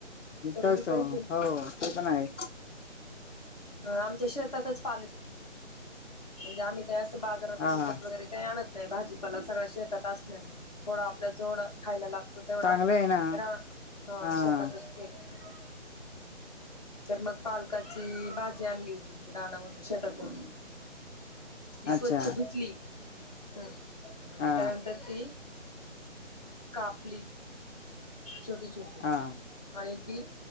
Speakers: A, on the left (about 30°); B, on the left (about 70°).
A: तर
B: तो
A: मी काय
B: हो ते पण आहे.
A: ह आमच्या शेतातच पालत नाही म्हणजे आम्ही. असं बाजारातून
B: हा
A: विकत वगैरे काही आणत नाही भाजी ला सगळ्या शेतात असल्या थोडं आपल्या जोड खायला लागत. तो तेवढा
B: चांगलं आहे ना
A: रा ह
B: हा
A: शेतातच केलेला. तर मग पालकाची बाजी. आणली होती मी रानामध्ये शेतातून ती स्वच्छ
B: अच्छा
A: धुतली.. हम आणिकरंत
B: हा
A: ती. कापली छोटी छोटी
B: हा
A: आणि. ती